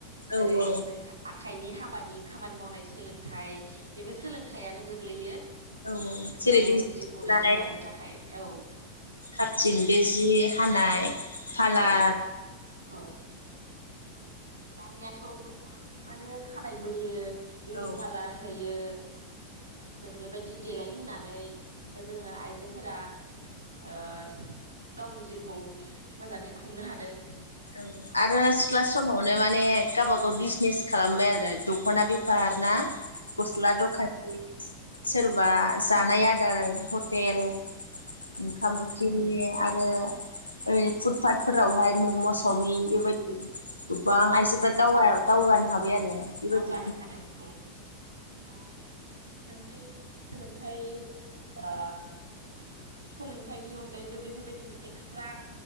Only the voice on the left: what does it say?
औ
औ
औ औ जेरै
बिजनेस
मावनाय
खारथिं बे जि हानाय फालार
औ
औ सिख्ला समावनो माने गावब गाव बिजनेस खालामबाय आरो दख'ना बेफार ना गस्ला दखानि सोरबा जानाय आदार हटेल ओंखाम ओंख्रिनि आरो ओरै फुदपाटफोरावहाय ममस चावमिन बेबायदि <unintelligible> हाबाय आरो बेबायदि